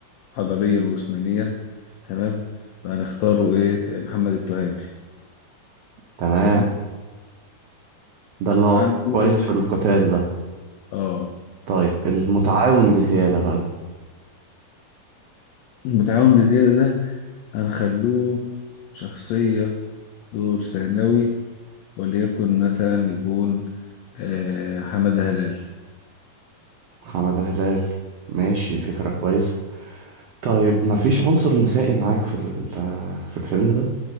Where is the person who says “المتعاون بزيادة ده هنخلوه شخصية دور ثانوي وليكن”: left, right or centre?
Left